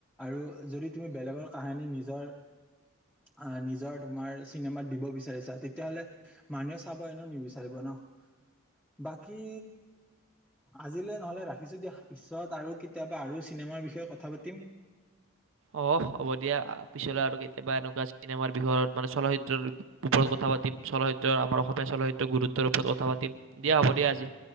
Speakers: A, in the centre; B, on the right.
A: <unintelligible> যদি তোমি বেলেকৰ কাহানী নিয়ৰ, অ' নিযৰ নিযৰ তোমাৰ চিনেমাত দিব বিচাৰিছা তে তেহলে মানুহে চাব এনেও নিবিচাৰিব নহ, বাকী আজিলৈ নহলে ৰাখিছো দিয়া পিছত আৰু কেতিয়াবা আৰু চিনেমাৰ বিষয়ে কথা পাতিম।
B: অহ হ'ব দিয়া পিছলৈ আৰু কেতিয়াবা এনেকুৱা চিনেমাৰ বিষয়ত মানে চলচ্চিত্ৰৰ ওপৰত কথা পাতিম, চলচ্চিত্ৰ আমাৰ সদায় চলচ্চিত্ৰৰ গুৰুত্বৰ ওপৰত কথা পাতিম, দিয়া হ'ব দিয়া আজি।